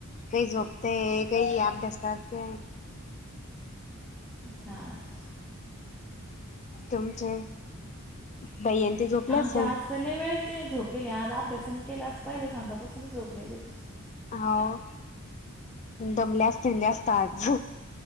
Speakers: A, on the left; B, in the centre.
A: काही झोपते काही अभ्यास करते
B: हा का
A: तुमचे भैय्या ते झोपले
B: आमचे
A: असेल?
B: आज लय वेळीचे ज झोपले आज अभ्यासने केलं आज पहिलं सांतापासूनच झोपलेले ते
A: हो दमल्या असते जास्त आज